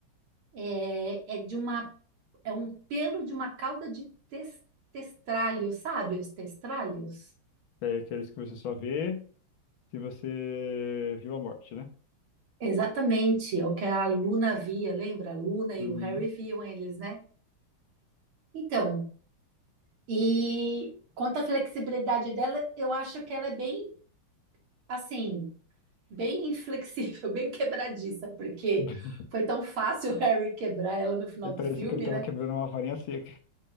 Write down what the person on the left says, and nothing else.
É aqueles que você só vê se você viu a morte, né?
Uhum.
<laughs>
E
parecia
que ele
tava quebrando uma varinha seca.